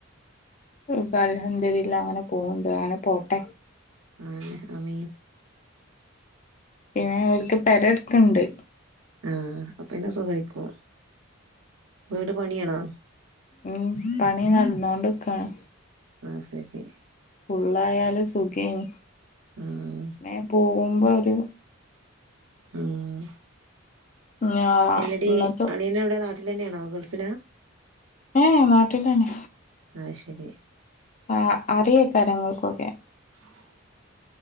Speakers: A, on the left; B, on the right.
A: ഹ് അൽഹംദുലില്ലാഹ്, അങ്ങനെ പോണ്ട് അങ്ങനെ പോട്ടെ.
B: ആഹ് അമീൻ.
A: പിന്നെ ഓര്ക്ക് പേരേട്ക്കുണ്ട്!
B: ആഹ് അ പിന്നെ സുഖായിക്കോളും, വീട് പണിയാണോ?
A: ഉം.. പണി നടന്നോണ്ട്ക്കാണ്.
B: ആഹ് ശരി.
A: ഫുള്ള ആയാലും സുഖേന്.
B: ആഹ്..
A: <unintelligible> പോകുമ്പോ വരൂ-
B: ഉം...
A: ഞാ
B: ഇല്ലടി
A: ഇന്നട്ട്
B: അളിയൻ എവിടെ നാട്ടില് തന്നെയാണോ? ഗൾഫിലാ?
A: ഏഹ് നാട്ടിൽ തന്നെ.
B: ആഹാ ശരി.
A: ആഹാ അറിയെ കാരം, അവർക്കൊക്കെ.
B: <inaudible>